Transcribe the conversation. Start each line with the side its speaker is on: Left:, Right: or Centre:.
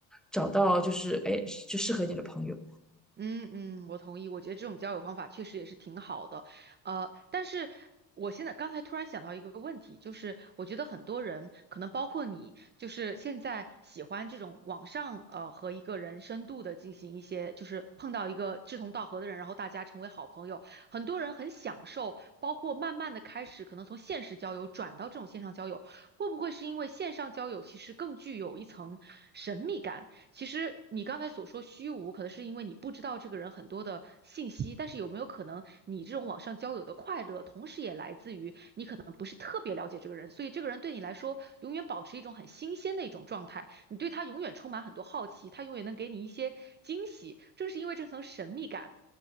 Centre: 找到就是哎就适合你的朋友。
Right: 嗯嗯，我同意。我觉得这种交友方法确实也是挺好的，呃，但是我现在刚才突然想到一个问题，就是我觉得很多人，可能包括你，就是现在喜欢这种网上呃和一个人深度的进行一些，就是碰到一个志同道合的人，然后大家成为好朋友。很多人很享受，包括慢慢的开始可能从现实交友转到这种线上交友，会不会是因为线上交友其实更具有一层神秘感？其实你刚才所说虚无，可能是因为你不知道这个人很多的信息，但是有没有可能你这种网上交友的快乐，同时也来自于你可能不是特别了解这个人，所以这个人对你来说永远保持一种很新鲜的一种状态，你对他永远充满很多好奇，他永远能给你一些惊喜。正是因为这层神秘感。